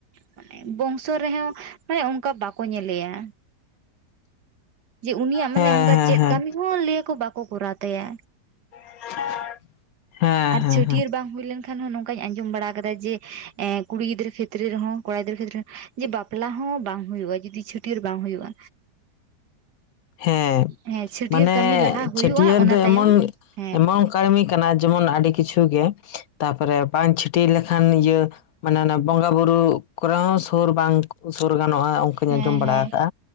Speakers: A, on the right; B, on the left.
A: ᱢᱟᱱᱮ ᱵᱚᱝᱥᱚ ᱨᱮᱦᱚᱸ ᱢᱟᱱᱮ ᱚᱱᱠᱟ ᱵᱟᱠᱚ ᱧᱮᱞᱮᱭᱟ᱾ ᱡᱮ ᱩᱱᱤᱭᱟᱜ ᱢᱟᱱᱮ
B: ᱦᱮᱸ
A: ᱚᱱᱠᱟ
B: ᱦᱮᱸ
A: ᱪᱮᱫ
B: ᱦᱮᱸ
A: ᱠᱟᱹᱢᱤ ᱦᱚᱸ ᱞᱟᱹᱭᱟᱠᱚ ᱵᱟᱠᱚ ᱠᱚᱨᱟᱣ ᱛᱟᱭᱟ᱾
B: <inaudible> ᱦᱮᱸ
A: ᱟᱨ
B: ᱦᱮᱸ
A: ᱪᱷᱟᱹᱴᱭᱟᱹᱨ
B: ᱦᱮᱸ
A: ᱵᱟᱝ ᱦᱩᱭ ᱞᱮᱱᱠᱷᱟᱱ ᱠᱷᱟᱱ ᱦᱚᱸ ᱱᱚᱝᱠᱟᱧ ᱟᱡᱚᱢ ᱵᱟᱲᱟ ᱠᱟᱫᱟ ᱡᱮᱸ ᱮᱸ ᱠᱩᱲᱤ ᱜᱤᱫᱽᱨᱟᱹ ᱠᱷᱮᱛᱨᱮ ᱨᱮᱦᱚᱸ ᱠᱚᱲᱟ ᱜᱤᱫᱽᱨᱟᱹ ᱠᱷᱮᱛᱨᱮ ᱡᱮ ᱵᱟᱯᱞᱟ ᱦᱚᱸ ᱵᱟᱝ ᱦᱩᱭᱩᱜᱼᱟ ᱡᱩᱫᱤ ᱪᱷᱟᱹᱴᱭᱟᱹᱨ ᱵᱟᱝ ᱦᱩᱭᱩᱜᱼᱟ᱾
B: ᱦᱮᱸ
A: ᱦᱮᱸ ᱪᱷᱟᱹᱴᱭᱟᱹᱨ
B: ᱢᱟᱱᱮ
A: ᱠᱟᱹᱢᱤ ᱞᱟᱦᱟ ᱦᱩᱭᱩᱜᱼᱟ
B: ᱪᱷᱟᱹᱴᱭᱟᱹᱨ
A: ᱚᱱᱟ
B: ᱫᱚ
A: ᱛᱟᱭᱚᱢ
B: ᱮᱢᱚᱱ
A: ᱦᱮᱸ
B: ᱮᱢᱚᱱ ᱠᱟᱹᱢᱤ ᱠᱟᱱᱟ ᱡᱮᱢᱚᱱ ᱟᱹᱰᱤ ᱠᱤᱪᱷᱩ ᱜᱮ ᱛᱟᱨᱯᱚᱨᱮ ᱵᱟᱝ ᱪᱷᱟᱹᱴᱤᱭᱟᱨ ᱞᱮᱠᱷᱟᱱ ᱤᱭᱟᱹ ᱢᱟᱱᱮ ᱚᱱᱟ ᱵᱚᱸᱜᱟ ᱵᱩᱨᱩ ᱠᱚᱨᱮ ᱦᱚᱸ ᱥᱳᱨ ᱵᱟᱝ ᱥᱳᱨ ᱜᱟᱱᱚᱜᱼᱟ ᱚᱱᱠᱟᱧ
A: ᱦᱮᱸ
B: ᱟᱸᱡᱚᱢ
A: ᱦᱮᱸ
B: ᱵᱟᱲᱟ ᱟᱠᱟᱫᱼᱟ